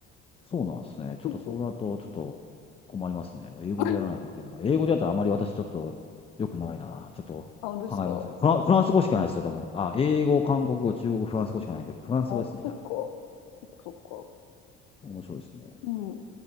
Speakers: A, on the left (about 20°); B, on the left (about 80°).
A: そうなんですね。ちょっとそうなると、
B: うそう。
A: ちょっと困りますね。英語でやらないといけない。
B: <laughs>
A: 英語でやったらあまり私ちょっと良くないな。ちょっと考えますね。
B: あ、本当ですか。
A: フラン、フランス語しかないですよ、多分。あ、英語、韓国語、中国語、フランス語しかないんで、
B: うん。
A: フランス語ですね、
B: あ、そっか。
A: じゃあ。
B: そっかそっか。
A: 面白いですね。
B: うん。